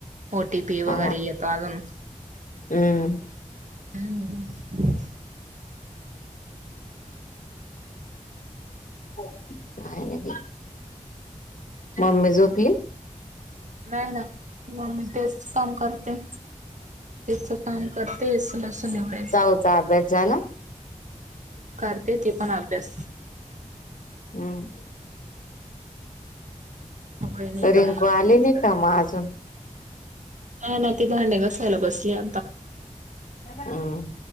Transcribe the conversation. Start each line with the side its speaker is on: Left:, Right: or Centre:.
Right: ओ टी पी वगैरे
Left: हा
Right: येतो अजून.
Left: हम्म.
Right: अं.
Left: काय नाही मम्मी झोपली?
Right: नाही ना मम्मी तेच काम करते. तिच काम करतेे लसूण निवडायचं.
Left: चा अभ्यास झाला.
Right: करते ती पण अभ्यास.
Left: हम्म.
Right: नाही तर
Left: रिंकू
Right: मग अजून
Left: आली नाही का म अजून?
Right: हा ना ती भांडे घासाायला बसली आ
Left: हम्म